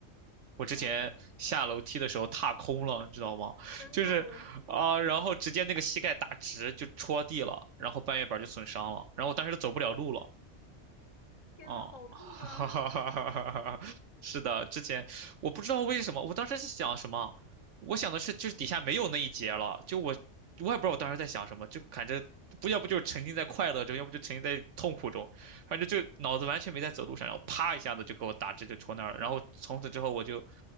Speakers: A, on the right; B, on the left.
A: 我之前下楼梯的时候踏空了，
B: 啊，
A: 你知道吗？<laughs>
B: 真的哦，
A: 就是啊、然后直接那个膝盖打直就戳地了，然后半月板就损伤了，然后我当时都走不了路了。
B: 天呐，
A: 哦，
B: 好痛啊！
A: <laughs> 哈哈哈哈哈哈！是的，之前我不知道为什么，我当时是想什么，我想的是就是底下没有那一节了，就我我也不知道我当时在想什么，就感觉不要不就沉浸在快乐中，要不就沉浸在痛苦中，反正就脑子完全没在走路上，然后啪一下子就给我打直就戳那儿了，然后从此之后我就